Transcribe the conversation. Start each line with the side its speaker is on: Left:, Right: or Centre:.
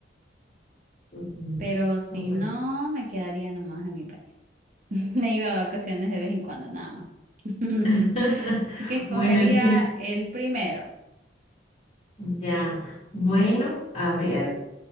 Left: Mm,
Right: Pero si
Left: súper.
Right: no, me quedaría nomás en mi país. <laughs> Me iba a vacaciones de vez en cuando, nada más. <laughs>
Left: <laughs>
Right: Así que escogería
Left: Bueno, el 5
Right: el primero.
Left: ya. Bueno, a ver.